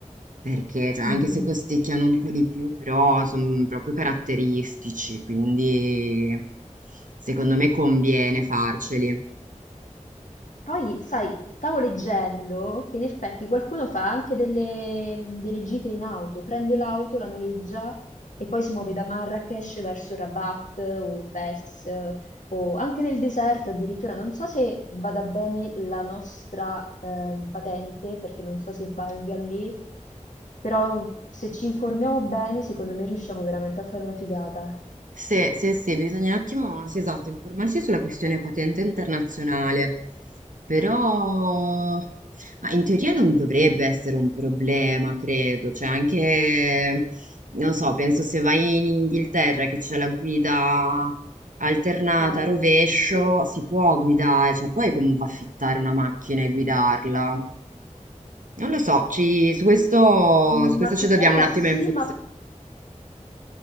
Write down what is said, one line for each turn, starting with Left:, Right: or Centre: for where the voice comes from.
Right: Perché, cioè, anche
Left: Mhm.
Right: se costicchiano un po' di più, però sono proprio caratteristici, quindi secondo me conviene farceli.
Left: Poi, sai, stavo leggendo che in effetti qualcuno fa anche delle, delle gite in auto, prende l'auto, la noleggia e poi si muove da Marrakesh verso Rabat o Fes o anche nel deserto addirittura. Non so se vada bene la nostra ehm, patente perché non so se valga lì, però se ci informiamo bene, secondo me riusciamo veramente a fare una figata.
Right: Se, se, se, bisogna un attimo, sì, esatto, informarsi sulla questione patente internazionale, però, ma in teoria non dovrebbe essere un problema, credo, cioè anche, non so, penso se vai in Inghilterra che c'è la guida alternata
Left: Eh,
Right: a rovescio,
Left: sì.
Right: si può guidare, cioè puoi comunque affittare una macchina e guidarla. Non lo so, ci- su questo,
Left: Mm,
Right: su questo
Left: affittarla
Right: ci dobbiamo un attimo
Left: sì,
Right: info...
Left: ma